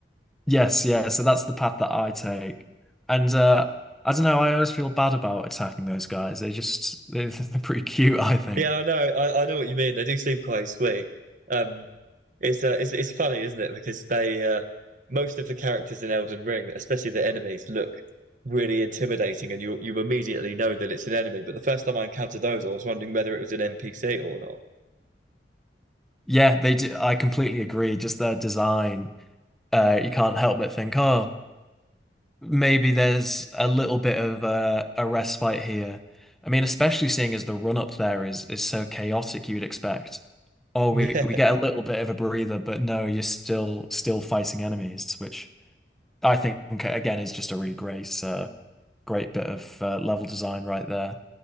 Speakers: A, in the centre; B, on the right (about 50°).
A: Yes, yeah. So that's the path that I take, and uh, I don't know. I always feel bad about attacking those guys. They just <laughs> they're, they're pretty cute, I think.
B: Yeah, I know. I, I know what you mean. They do seem quite sweet. Um, it's uh, it's it's funny, isn't it? Because they uh, most of the characters in Elden Ring, especially the enemies, look really intimidating, and you you immediately know that it's an enemy. But the first time I encountered those, I was wondering whether it was an NPC or not.
A: Yeah, they do. I completely agree. Just their design, uh, you can't help but think, oh. maybe there's a little bit of a, a respite here. I mean, especially seeing as the run up there is is so chaotic, you'd expect. Oh,
B: <laughs>
A: we we get a little bit of a breather, but no, you're still still fighting enemies, which I think again is just a really great uh, great bit of uh, level design right there.